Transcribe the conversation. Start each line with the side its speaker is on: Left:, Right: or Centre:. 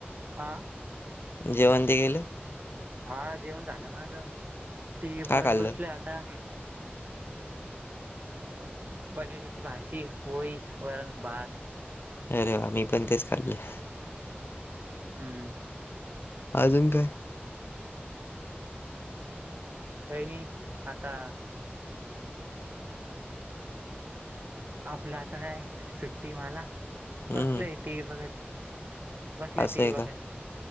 Right: आं
Left: जेवण ते गेलं
Right: हा जेवण झालं माझ टी व्ही
Left: काय
Right: बघत
Left: खाल्लं
Right: बसल आता अ बटाट्याची भाजी पोई वरण भात
Left: अरे वा मी पण तेच खाल्लं
Right: हम्म
Left: अजून काय
Right: काही नाही आता आपलं आता काय सुट्टी मला
Left: हम्म
Right: कसलं आहे ते वगत बसले
Left: असं
Right: टी
Left: आहे का
Right: बगैर